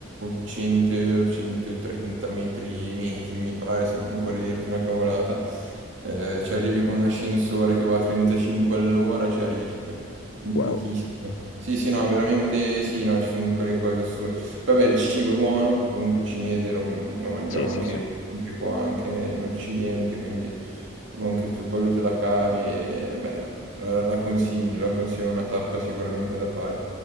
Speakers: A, on the right (about 80°); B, on the left (about 90°).
A: 100, 130 metri, metri, mi pare, se non vorrei dirti una cavolata. Eh, ci arrivi con un ascensore che va a 35 all'ora, ci arrivi tipo in
B: Wow.
A: pochissimo. Sì, sì, no, veramente sì, no, ci sono di quelle cose assurde. Vabbè, il cibo è buono perché comunque cinese lo, lo mangiamo
B: Sì,
A: anche,
B: sì, sì.
A: anche qua, anche in Occidente, quindi proprio anche su quello te la cavi e beh, la, la consiglio, la consiglio, è una tappa sicuramente da fare.